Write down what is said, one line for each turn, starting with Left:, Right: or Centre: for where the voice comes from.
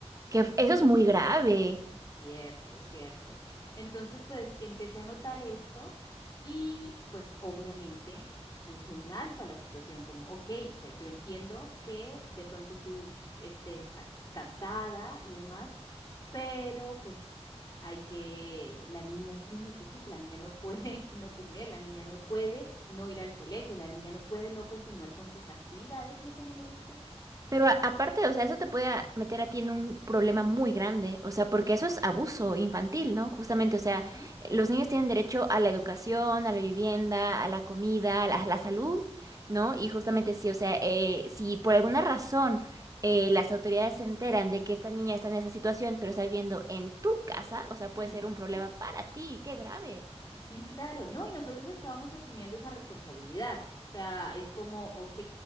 Right: que
Left: Ujú,
Right: f- eso es muy grave.
Left: Cierto, cierto. Entonces, pues empecé a notar esto y pues obviamente puse un alto a la situación, como, ok, o sea, yo entiendo que de pronto tú estés cals- cansada y demás, pero pues hay que, la niña sí necesita, la niña no puede <laughs> no comer, la niña no puede no ir al colegio, la niña no puede no continuar con sus actividades y eso no le gustó.
Right: Pero a- aparte, o sea, eso te puede a- meter a ti en un problema muy grande, o sea, porque eso es abuso infantil, ¿no? Justamente,
Left: Ujú,
Right: o sea, los niños tienen derecho a la educación, a la vivienda, a la comida, a la, a la salud, ¿no? Y justamente sí, o sea, eh, si por alguna razón eh, las autoridades se enteran de que esta niña está en esa situación, pero está viviendo en tu casa, o sea,
Left: ujú.
Right: puede ser un problema para ti, qué grave.
Left: Sí, claro, ¿no? Y nosotros estábamos asumiendo esa responsabilidad. O sea, es como, ok,